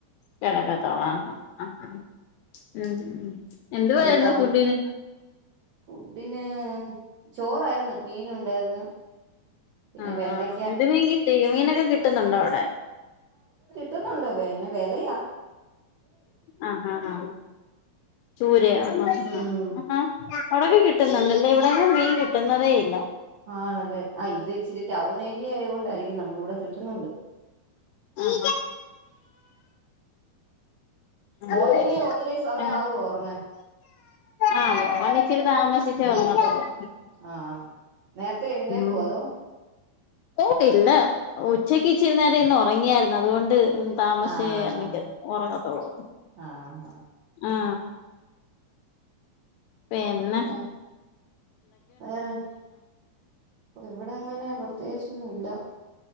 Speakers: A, on the left; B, on the right.
A: കിടക്കത്തോളാം ആ ആ ഉം എന്തു
B: വൈകിട്ട്
A: വായിരുന്നു
B: അവള്
A: ഫുഡിന്
B: ഫുഡിന് ചോറായിരുന്നു മീൻ ഉണ്ടായിരുന്നു പിന്നെ
A: ആ
B: വെണ്ടയ്ക്ക
A: എന്ത് മീൻ കിട്ടി മീനൊക്കെ കിട്ടുന്നുണ്ടോ അവിടെ
B: കിട്ടുന്നുണ്ടോ പിന്നെ വെലയാ
A: ആ ആ ആ ചൂരയോ ആ
B: ഉം
A: ആ അവിടക്കെ കിട്ടുന്നുണ്ടല്ലേ ഇവിടെ മീൻ കിട്ടുന്നതേ ഇല്ല
B: ആണല്ലേ ആ ഇവിടെ ഇച്ചിരി ടൗൺ ഏരിയ ആയൊണ്ടായിരി ക്കും നമുക്ക് ഇവിടെ കിട്ടുന്നുണ്ട്
A: ആ ആ
B: മോനിനി ഒത്തിരി സമയം
A: ആ
B: ആവോ ഉറങ്ങാൻ
A: ആ മോന് ഇത്തിരി താമസിച്ചേ ഉറങ്ങത്തൊള്ളൂ
B: ആ നേരത്തെ എഴുന്നേക്കേ
A: ഉം
B: അതോ
A: ഓ ഇല്ല ഉച്ചക്ക് ഇച്ചിരി നേരം ഇന്ന് ഉറങ്ങിയായിരുന്നു അതുകൊണ്ട് താമസിച്ചണിക്ക
B: ആഹ് ആഹ്
A: ഉറങ്ങത്തോള്ളൂആ
B: ആഹ് ആഹ്
A: എന്ന്
B: പിന്നെ വേറെ ഇവിടെ അങ്ങനെ പ്രത്യേകിച്ചൊന്നും ഇല്ല